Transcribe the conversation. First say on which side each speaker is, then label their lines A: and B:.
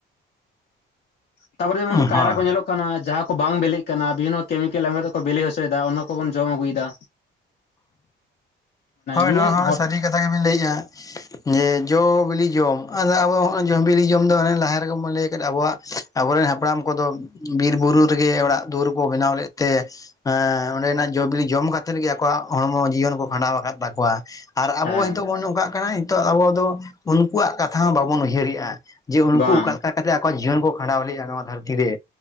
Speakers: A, on the left (about 15°); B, on the left (about 55°).
A: <unintelligible>
B: ᱛᱟᱨᱯᱚᱨᱮ ᱡᱮᱢᱚᱱ
A: ᱦᱳᱭ
B: ᱠᱟᱭᱨᱟ ᱠᱚ ᱧᱮᱞᱚᱜ ᱠᱟᱱᱟ᱾ ᱠᱟᱱᱟ ᱡᱟᱦᱟᱸ ᱠᱚ ᱵᱟᱝ ᱵᱮᱞᱮᱜ ᱠᱟᱱᱟ ᱵᱤᱵᱷᱤᱱᱱᱚ <unintelligible> ᱠᱮᱢᱤᱠᱮᱞ ᱮᱢ ᱠᱟᱛᱮ ᱠᱚ ᱵᱮᱞᱮ ᱦᱚᱪᱚᱭᱫᱟ ᱚᱱᱟ ᱠᱚᱵᱚᱱ ᱡᱚᱢ ᱟᱹᱜᱩᱭ ᱫᱟ᱾
A: ᱦᱳᱭ
B: ᱱᱤᱭᱟᱹ
A: ᱱᱚᱣᱟ ᱦᱚᱸ
B: ᱦᱚᱲ
A: ᱥᱟᱹᱨᱤ ᱠᱟᱛᱷᱟ ᱜᱮᱵᱤᱱ ᱞᱟᱹᱭᱮᱜᱼᱟ᱾ ᱡᱮ ᱡᱚ ᱵᱤᱞᱤ ᱡᱚᱢ ᱟᱫᱚ ᱟᱵᱚ ᱡᱚ ᱵᱤᱞᱤ ᱡᱚᱢ ᱫᱚ ᱚᱱᱮ ᱞᱟᱦᱟ ᱨᱮᱜᱮ ᱵᱚᱱ ᱞᱟᱹᱭ ᱟᱠᱟᱫ ᱟᱵᱚᱣᱟᱜ ᱟᱵᱚᱨᱮᱱ ᱦᱟᱯᱲᱟᱢ ᱠᱚᱫᱚ ᱵᱤᱨ ᱵᱩᱨᱩ ᱨᱮᱜᱮ ᱚᱲᱟᱜ ᱫᱩᱣᱟᱹᱨ ᱠᱚ ᱵᱮᱱᱟᱣ ᱞᱮᱫ ᱛᱮ ᱦᱮᱸ ᱚᱸᱰᱮᱱᱟᱜ ᱡᱚᱼᱵᱤᱞᱤ ᱡᱚᱢ ᱠᱟᱛᱮᱫ ᱜᱮ ᱟᱠᱚᱣᱟᱜ ᱦᱚᱲᱢᱚ ᱡᱤᱭᱚᱱ ᱠᱚ ᱠᱷᱟᱸᱰᱟᱣ ᱟᱠᱟᱫ ᱛᱟᱠᱚᱣᱟ ᱾ ᱟᱨ ᱟᱵᱚ
B: ᱦᱮᱸ
A: ᱦᱤᱛᱚᱜ ᱵᱚᱱ ᱱᱚᱝ ᱠᱟᱜ ᱠᱟᱱᱟ ᱱᱤᱛᱚᱜ ᱟᱵᱚ ᱫᱚ ᱩᱱᱠᱩᱣᱟᱜ ᱠᱟᱛᱷᱟ ᱦᱚᱸ ᱵᱟᱵᱚᱱ ᱩᱭᱦᱟᱹᱨᱮᱜᱼᱟ ᱾ ᱡᱮ ᱩᱱᱠᱩ
B: ᱵᱟᱝ
A: ᱚᱠᱟ ᱞᱮᱠᱟ ᱠᱟᱛᱮ ᱟᱠᱚᱣᱟᱜ ᱡᱤᱭᱚᱱ ᱠᱚ ᱠᱷᱟᱸᱰᱟᱣ ᱞᱮᱜᱼᱟ ᱱᱚᱣᱟ ᱫᱷᱟᱹᱨᱛᱤ ᱨᱮ